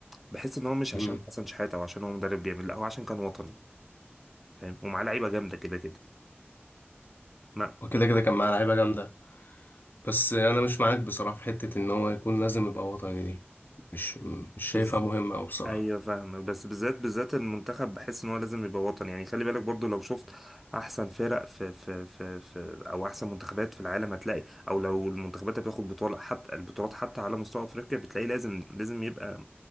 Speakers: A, in the centre; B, on the left.
A: بحس ان هو مش
B: مم.
A: عشان حسن شحاته او عشان هو مدرب جامد لا هو عشان كان وطني فاهم ومعاه لعيبه جامده كده كده ما
B: وكده كده كان معاه لعيبه جامده بس انا مش معاك بصراحه في حته ان هو يكون لازم يبقى وطني دي مش
A: يعني
B: مش شايفها مهمه أوي بصراحه
A: ايوه فاهمك بس بالذات بالذات المنتخب بحس ان هو لازم يبقى وطني يعني خلي بالك برضو لو شفت احسن فرق في في في, في او احسن منتخبات في العالم هتلاقي او لو المنتخبات اللي بتاخد بطوله حتى البطولات حتى على مستوى افريقيا بتلاقي لازم لازم يبقى